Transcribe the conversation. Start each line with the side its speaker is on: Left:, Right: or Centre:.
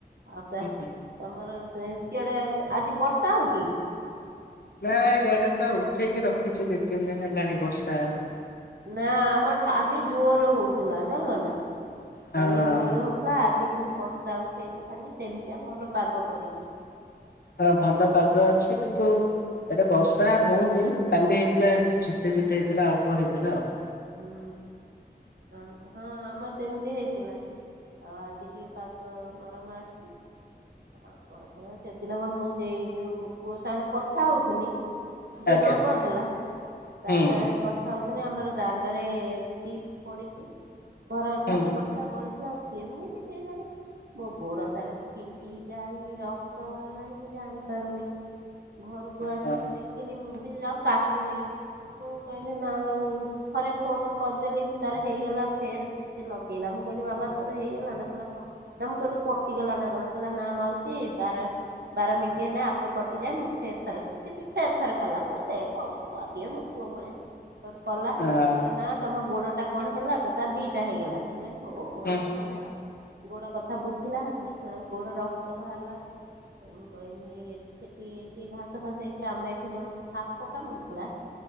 Right: ଆଉ ତା
Left: ହୁଁ।
Right: ତମର ସିଆଡେ ଆଜି ବର୍ଷା ହଉଚ
Left: ନା ଇାଡେ ତ ଉଠେଇକି ରଖିଛି ଦି ତିନି ଦିନ ହେଲାଣି ବର୍ଷା ଆଉ
Right: ନା ଆମର କାଲି ଜୋର ହଉଛି। ଲ ଚାଲିଲ ନା
Left: ହଁ
Right: କାଲି ଜୋର ହେଥିଲା। କିନ୍ତୁ ବର୍ଷା ଉଠେଇଛି ଖାଲି ସେମିତିଆଉ ଭଲ ପାଗ କରଛିି।
Left: ହଁ ଭଲ ପାଗ ଅଛି କିନ୍ତୁ
Right: ହଁ
Left: ଏବେ ବର୍ଷା ହଉନି କାଲି ହେଇଥିଲା। ଝପେ ଝିପି ହେଇଥିଲା ଅଳ୍ପ ହେଇଥିଲା ଆଉ
Right: ହୁଁ ହଁ ଆମ ସେମିତି ହେଇଥିଲା ଆଉ ଆଜି ଟିକେ ପଦ ନରମ ଅଛି ଆଉ କ ସେଦିନ ବା ମୁଁ ସେଇ ଯୋଉ ପୁଅ ସାଙ୍ଗରେ କଥା ହଉଥିନି। ଯିଏ
Left: ଆଜ୍ଞା
Right: ନବ ଦେଲା ତା
Left: ହୁଁ
Right: ସାଙ୍ଗରେ କଥା ହ ଆମର ଦାଣ୍ଡ ନରେ ପଡ଼ିଛି ଘର ଅଛ
Left: ହୁଁ
Right: ତ ବଟା ବଳେ ଆଉ କେମିତି ସେ ଜାଣେ ମୋ ଗୋଡ ତାର ଛିଣ୍ଡି ଯାଇ ରକ୍ତ ବାହାରିଲାଣି ମୁଁ ଜାଣି ପାରୁନି ଘରକୁ ଆସିକି
Left: ହଁ
Right: ଦେଖିଲି ମୁଁ ବି ଆଉ କାଟୁନି ମୁଁ କହିଲି ନା ଲ ଥରେ ଫୋନ କରିଦେଲି ତାର ହେଇଗଲା ଫେର ସଏ ଲଗେଇଲା ମୁଁ କହିଲି ବାବା ତୋର ହେଇଗଲା ନା କହିଲା ହଁ ନା ମୁଁ କହିଲି କଟିଗଲା ନା କଣ କହିଲ ନା ମାଉଛି ବାର ବାର ମିନିଟ୍ ହେଲେ ଆପେ କଟିଯାଏ ମୁଁ ଫେର ଫଥର ଫେର ଫଥର କଲା ମୁଁଛୁଆ ଦିଅ ମୋ ପୁଅ ଭଳିଆ କଲା।
Left: ହଁ।
Right: କହିଲା ନା ତମ ଗୋଡ ଟା କଣ ହେଲା ତ ତା ଦିଟା ହେଇଗଲା ମୁଁ କହିଲି ହଉ ହେଲା
Left: ହୁଁ
Right: କଣ ହେଲା ଗୋଡ କଥା ବୁଝିଲା ଦେଖିଲା ଆଉ ଗୋଡ ରକ୍ତ ବାହାରିଲା ମୁଁ କହିଲି ସେଠ ଟିକେ ଘାସ ଫାସ ହେଇକି ଆମ ଏଠି ଜଣଙ୍କୁ ସାପ କାମୁଡିଥିଲା।